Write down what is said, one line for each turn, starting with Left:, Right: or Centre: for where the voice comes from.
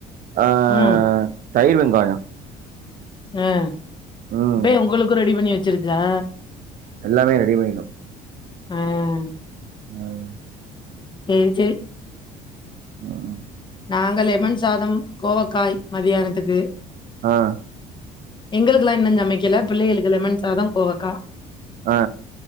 Right: அஹ்
Left: ம்
Right: தயிர் வெங்காயம்
Left: உம்
Right: ம்
Left: இப்பயே உங்களுக்கும் ரெடி பண்ணி வச்சிருக்கா
Right: எல்லாமே ரெடி பண்ணிடும்
Left: அஹ்
Right: உம்
Left: செரி செரி
Right: உம்
Left: நாங்க லெமன் சாதம் கோவக்காய் மதியானத்துக்கு
Right: ஆஹ்
Left: எங்களுக்குக்கல்லாம் இன்னும் சமைக்கல பிள்ளைகளுக்கு லெமன் சாதம் கோவக்கா
Right: ஆ